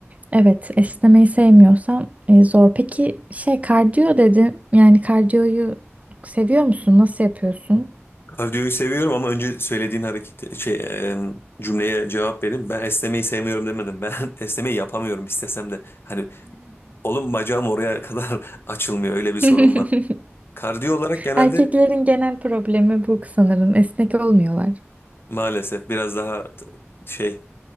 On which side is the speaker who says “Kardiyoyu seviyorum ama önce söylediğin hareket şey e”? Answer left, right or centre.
Left